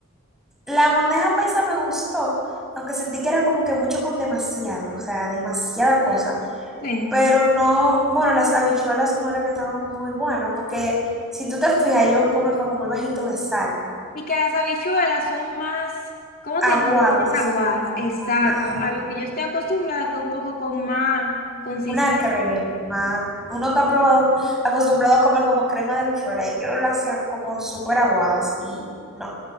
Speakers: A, in the centre; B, on the left.
A: La bandeja paisa me gustó, aunque sentí que era como que mucho con demasiado, o sea, demasiada cosa.
B: Sí.
A: Pero no, bueno, las habichuelas no era que estaban muy buenas, porque si tú te fijas, ellos comen como muy bajito de sal,
B: Y que las habichuelas son más, ¿cómo
A: aguadas,
B: te diré? Un poco más aguadas. Exacto,
A: ajá,
B: a lo que yo estoy acostumbrada, que es un poco con más consistencia.
A: una crema. Uno está probado, acostumbrado a comer como crema de habichuela, ellos la hacían como súper aguadas y no.